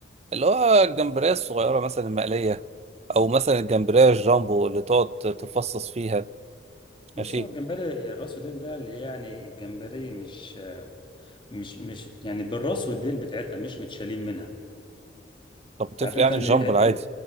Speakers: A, on the right (about 35°); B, on the left (about 30°).
A: اللي هو الجمبريه الصغيره مثلا المقليه او مثلا الجمبريه الجامبو اللي تقعد تفصص فيها
B: بص
A: ماشي
B: هو الجمبري الراس وديل ده اللي هي يعني الجمبري مش مش مش يعني بالراس والديل بتاعتها مش متشالين منها
A: طب بتفرق
B: عارف انت
A: يعني
B: ان
A: الجامبو
B: مم. إيه
A: العادي